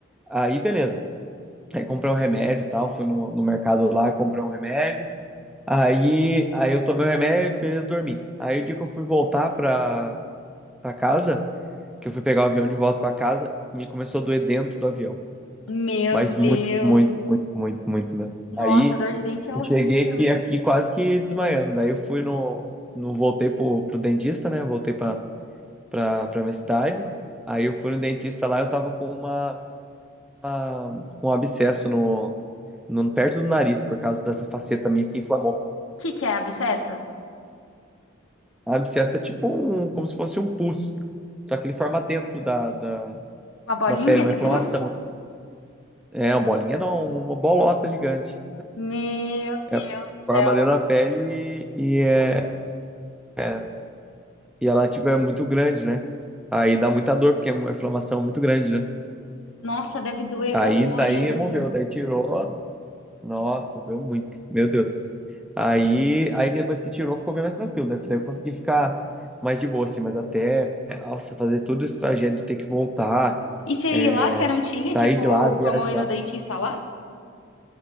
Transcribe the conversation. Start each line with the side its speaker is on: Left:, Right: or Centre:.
Centre: Aí, beleza. Aí comprei um remédio e tal. Fui no, no mercado lá, comprei um remédio. Aí, aí eu tomei o remédio, beleza, dormi. Aí o dia que eu fui voltar pra, pra casa, que eu fui pegar o avião de volta pra casa, me começou a doer dentro do avião.
Left: Meu
Centre: Mas
Left: Deus.
Centre: muito, muito, muito, muito, muito mesmo. Aí.
Left: Nossa, a dor de dente é
Centre: Eu
Left: horrível.
Centre: cheguei aqui,
Left: O
Centre: aqui quase que desmaiando. Daí eu fui no, no voltei pro, pro dentista, né? Voltei pra, pra, pra minha cidade. Aí eu fui no dentista lá, eu tava com uma, uma- com um abscesso no, no perto do nariz por causa dessa faceta minha que inflamou.
Left: que que é abscesso?
Centre: O abscesso é tipo um, como se fosse um pus. Só que ele forma dentro da, da,
Left: Uma bolinha
Centre: da pele, uma
Left: de
Centre: inflamação.
Left: pus?
Centre: É, uma bolinha não, uma bolota gigante.
Left: Meu
Centre: É,
Left: Deus do
Centre: forma
Left: céu.
Centre: dentro da pele e, e é. é, E ela, tipo, é muito grande, né? Aí dá muita dor, porque é uma inflamação muito grande, né?
Left: Nossa, deve doer
Centre: Aí
Left: horrores
Centre: daí removeu,
Left: isso.
Centre: daí tirou. Nossa, doeu muito, meu Deus. Aí, aí depois que tirou, ficou bem mais tranquilo. Daí daí eu consegui ficar mais de boa, assim, mas até, nossa, fazer todo esse trajeto de ter que voltar,
Left: E você
Centre: é,
Left: ir lá, você não tinha,
Centre: sair
Left: tipo,
Centre: de lá, viajar.
Left: como ir no dentista lá?